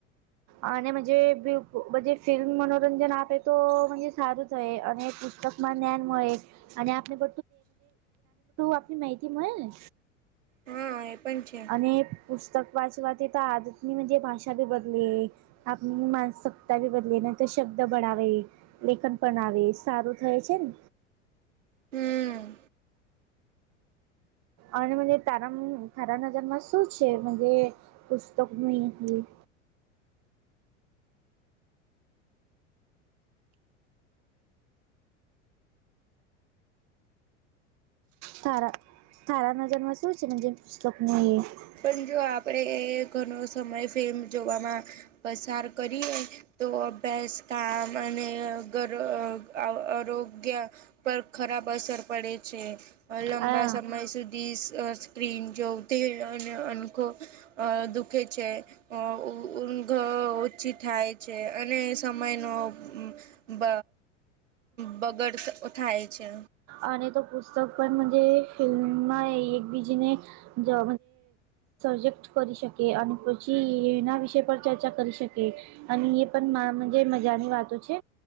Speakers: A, on the right; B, on the right.
A: આને <unintelligible> <unintelligible> ફિલ્મ મનોરંજન આપે તો સારું થાય અને પુસ્તકમાં જ્ઞાન મળે અને આપણે <unintelligible> આપની માહિતી મળે ને
B: હા એ પણ છે
A: અને પુસ્તક વાચવાથી તો આદતની જે ભાષા બી બદલે આપની માનસિકતા બી બદલે <unintelligible> લેખન પણ આવે સારું થાય છે ને
B: હમ
A: અને મ તારા તારા નજરમાં શું છે પુસ્તક <unintelligible> થારા થારા નજર મા <unintelligible>
B: પણ જો આપણેે ઘણો સમય ફિલ્મ જોવામાં પસાર કરીએ તો અભ્યાસ કામ અને અ આરોગ્ય પર ખરાબ અસર પડે છે. લંબા
A: હા
B: સમય સુધી સ્ક્રીન જોવ <unintelligible> દુઃખે છે <unintelligible> થાય છે અને સમયનો બ બગડ થાય છે.
A: આને તો પૂછ <unintelligible> ફિલ્મમાં એકબીજીને જો સજેક્ટ કરી શકે અને પછી એના વિષય પર ચર્ચા કરી શક કીએ અને એ પણ મજાની વાતો છે